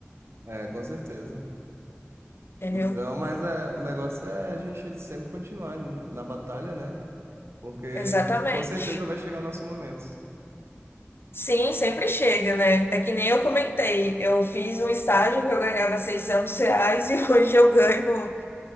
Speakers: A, on the right; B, on the left.
A: É, com certeza.
B: entendeu?
A: Então, mas é, o negócio é a gente sempre continuar n- na batalha, né? Porque
B: Exatamente.
A: com certeza vai chegar o nosso momento.
B: Sim, sempre chega, né? É que nem eu comentei. Eu fiz um estágio que eu ganhava 600 reais e <laughs> hoje eu ganho